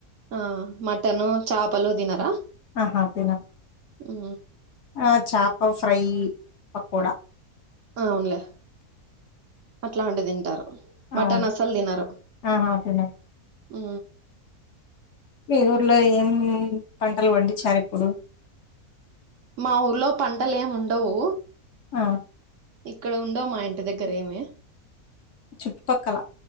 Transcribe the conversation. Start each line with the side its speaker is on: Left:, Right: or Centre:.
Right: ఆ మటను చాపలు దినరా
Left: ఆహా! తినను.
Right: ఊ
Left: ఆ చాప ఫ్రై పకోడా
Right: అవునులే అట్లాంటిది తింటారు మటన్
Left: అవును.
Right: అస్సల్ తినరు
Left: ఆహా! తినను.
Right: ఊ
Left: మీ ఊర్లో ఏం పంటలు పండించారు ఇప్పుడు
Right: మా ఊర్లో పంటలు ఏమి ఉండవు
Left: ఆ
Right: ఇక్కడ ఉండవు మా ఇంటి దగ్గర ఏమి
Left: చుట్టుపక్కల